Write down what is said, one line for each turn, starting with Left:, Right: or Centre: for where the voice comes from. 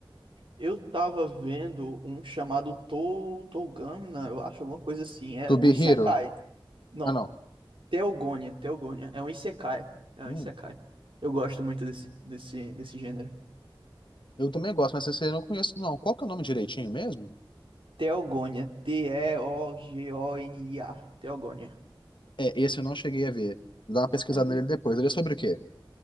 Right: Eu tava vendo um chamado To- Togana, eu acho, alguma coisa assim. É
Left: To
Right: um
Left: Be
Right: isekai.
Left: Hero.
Right: Não,
Left: Ah, não.
Right: Teogonia, Teogonia. É um isekai. É um
Left: Hum,
Right: isekai. Eu gosto muito desse, desse, desse gênero.
Left: eu também gosto, mas esse eu não conheço. Não, qual que é o nome direitinho mesmo?
Right: Teogonia. T-E-O-G-O-N-I-A. Teogonia.
Left: É, esse eu não cheguei a ver. Vou dar uma pesquisada
Right: É
Left: nele depois. Ele é sobre o quê?